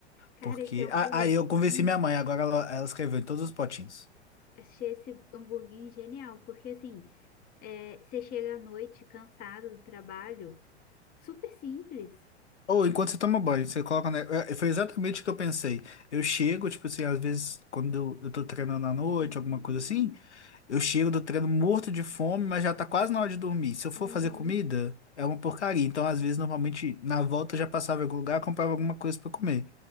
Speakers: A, on the left; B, on the left.
A: Cara,
B: Porque.
A: esse hamburguinho,
B: Ah, ah, eu convenci minha mãe, agora ela, ela escreveu em todos os potinhos.
A: achei esse hamburguinho genial, porque assim, É, você chega à noite cansado do trabalho, super simples.
B: Ou enquanto você toma banho, você coloca. Né? Eh, Foi exatamente o que eu pensei. Eu chego, tipo assim, às vezes, quando eu, eu tô treinando à noite, alguma coisa assim, eu chego do treino morto de fome, mas já tá quase na hora de dormir. Se eu for
A: Uhum.
B: fazer comida, é uma porcaria. Então, às vezes, normalmente, na volta eu já passava em algum lugar, comprava alguma coisa pra comer.